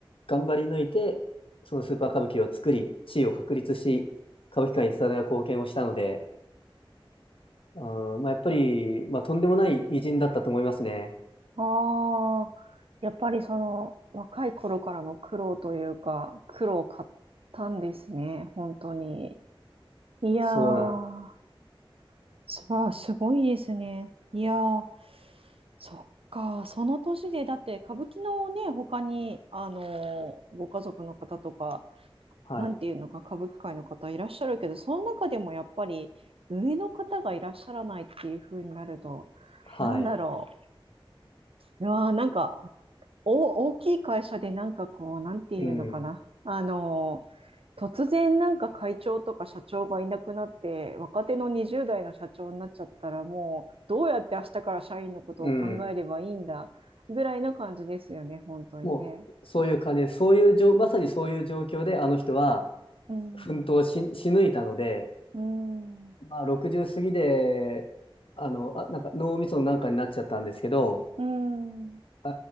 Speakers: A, on the left; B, on the right.
A: 頑張り抜いてそのスーパー歌舞伎を作り地位を確立し歌舞伎界に伝わる貢献をしたので、うんまあ、やっぱり、まあ、とんでもない偉人だったと思いますね。
B: ああ、やっぱりその、若い頃からの苦労というか、苦労を買ったんですね。本当に。いやー、
A: そうなん、
B: すわあ、すごいですね。いやー、そっか、その年で、だって歌舞伎のね、他に、あの、ご家族の方とか、
A: はい、
B: なんていうのか、歌舞伎界の方いらっしゃるけど、その中でもやっぱり上の方がいらっしゃらないっていう風になると、
A: はい、
B: なんだろう。いやーなんか、お、大きい会社でなんかこう、なんていうのかな。
A: うん、
B: あの、突然なんか会長とか社長がいなくなって、若手の20代の社長になっちゃったら、もうどうやって明日から社員のことを考えればいいんだぐらいな感じですよね、
A: うん、
B: 本当にね。
A: もうそういう感じでそういう状まさにそういう状況であの人は
B: うん、
A: 奮闘し、し抜いたので、
B: うん、
A: まあ、60過ぎで、あの、あ、なんか脳みそのなんかになっちゃったんですけど、
B: うん。
A: え